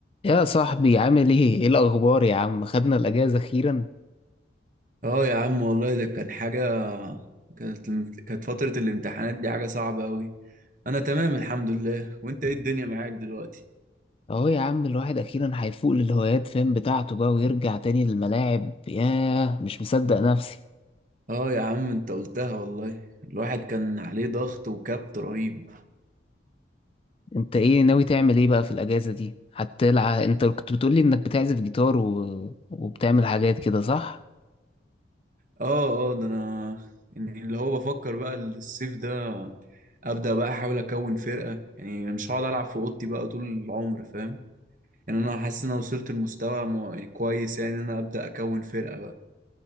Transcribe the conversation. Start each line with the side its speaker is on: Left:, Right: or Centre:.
Left: يا صاحبي عامل ايه؟ ايه الأخبار يا عم؟ خدنا الأجازة أخيرا؟
Right: اه يا عم والله ده كان حاجة كانت كانت فترة الامتحانات دي حاجة صعبة أوي أنا تمام الحمد لله وأنت إيه الدنيا معاك دلوقتي؟
Left: أهو يا عم الواحد أخيرا هيفوق للهوايات فاهم بتاعته بقى ويرجع تاني للملاعب ياه مش مصدق نفسي
Right: اه يا عم أنت قلتها والله الواحد كان عليه ضغط وكبت رهيب
Left: أنت ايه ناوي تعمل ايه بقى في الأجازة دي؟ هتلعب أنت كنت بتقولي إنك بتعزف جيتار و... وبتعمل حاجات كده صح؟
Right: اه اه ده أنا يعني اللي هو بفكر بقى الصيف ده أبدأ بقى أحاول أكون فرقة يعني أنا مش هقعد ألعب في أوضتي بقى طول العمر فاهم؟ يعني أنا حاسس إن أنا وصلت لمستوى مو- كويس يعني إن أنا أبدأ أكون فرقة بقى